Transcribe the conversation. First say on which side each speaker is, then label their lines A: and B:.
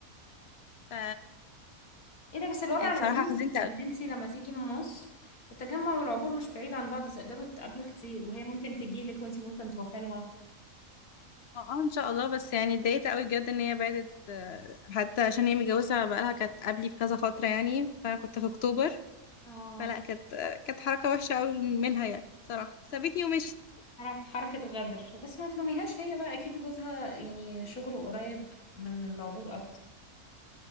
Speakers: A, on the left; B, on the left.
A: ف
B: ايه ده بس الوضع
A: بصراحه
B: لذيذ
A: حزنت
B: ان انتي لما تيجي من مصر التجمع والعبور مش بعيد عن بعض تقدروا تقابلوا كتير وهي ممكن تجيلك وانتي ممكن تروحي لها
A: اه آه، ان شاء الله بس يعني اتضايقت قوي بجد ان هي بعدت آه، حتى عشان هي متجوزه بقالها كانت قبلي بكذا فتره يعني فانا كنت في اكتوبر
B: اه
A: فلا كانت آه، كانت حركه وحشه قوي منها يعني صراحه سابتني ومشيت
B: حر- حركة غدر بس ما تلوميهاش هي بقى أكيد جوزها يعني شغله قريب من من العبور أكتر